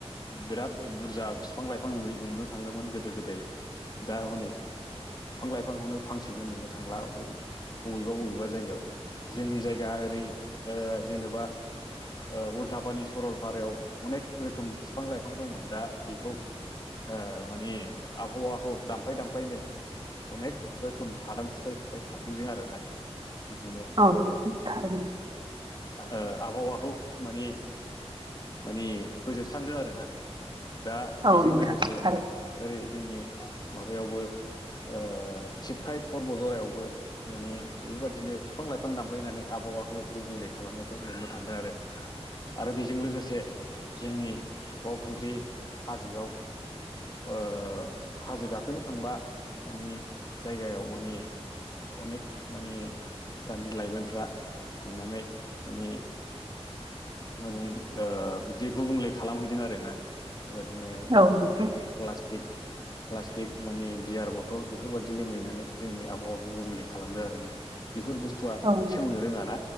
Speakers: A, on the left; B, on the right.
A: बिराद बुरजा बिफां लाइफां नुयो नुनो थाङोमोन गोदो गोदाय दा हनै बिफां लाइफांखौनो फांसेबो नुनो थांला। बबेबा बबेबा जायगायाव जोंनि जायगा ओरै ओ जेनेबा ओ उल्थापानि सरलपारायाव अनेक रोखोम बिफां लाइफां दंमोन दा बेखौ ओ माने आबहावाखौ दामफाय दामफायनो अनेक रोखोम हादान सिफाय सिफाय थाफैदों आरोना बिदिनो
B: औ
A: ओ
B: थारैनो
A: ओ आबहावाखौ माने माने फोजोबस्रांदों आरोना। दा
B: औ
A: बेजों
B: नोंथां
A: लोगोसे
B: थारैनो
A: ओरै जोंनि माबायावबो ओ थिबखाय फर्ब जरायावबो माने बेफोरबायदिनो बिफां लाइफां दानफैनानै आबाद आबहावाखौ गुबुंले खालामनायखौ नुनो थांदों आरो। आरो बेजों लोगोसे जोंनि बावखुंग्रि हाजोआव ओ हाजो गाखोनो थांबा मानि जायगायाव माने अनेक माने दानि लाइमोनफ्रा थांनानै माने माने ओ बिदि गुबुंले खालामहैदों आरोना। बेबायदिनो
B: औ नोंथां औ नोंथां औ नोंथां औ नोंथां औ नोंथां औ नोंथां औ नोंथां
A: प्लास्टिक प्लास्टिक माने बियार बथल बेफोरबदि लोंहैनानै जोंनि आबहावाखौ गुबुंले खालामदों आरोना। बेफोर बुस्थुआ
B: औ
A: सेवनो रोङाना